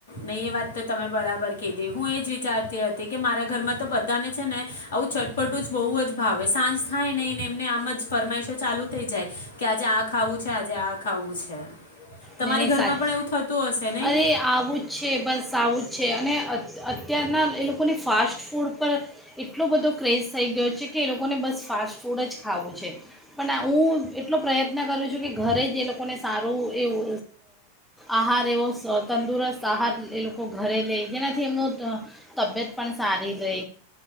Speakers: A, on the left; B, in the centre.
A: નહીં એ વાત તો તમે બરાબર કીધી હું એ જ વિચારતી હતી કે મારા ઘરમાં તો બધાને છે ને આવું ચટપટું જ બહુ જ ભાવે સાંજ થાય નહીને એમને આમ જ ફરમાઈશો ચાલુ થઈ જાય કે આજે આ ખાવું છે, આજે આ ખાવું છે. તમારી
B: ને એની
A: ઘરમાં
B: સાચ
A: પણ એવું થતું હશે. નહીં
B: અરે આવું જ છે, બસ આવું છે અને અત્યારના એ લોકોને ફાસ્ટ ફૂડ પર એટલો બધો ક્રેઝ થઈ ગયો છે કે એ લોકોને બસ ફાસ્ટ ફૂડ જ ખાવું છે. પણ હું એટલો પ્રયત્ન કરું છું કે ઘરે જ એ લોકોને સારું એવો આહાર એવો તંદુરસ્ત આહાર એ લોકો ઘરે લે જેનાથી એમનું તબિયત પણ સારી રહે.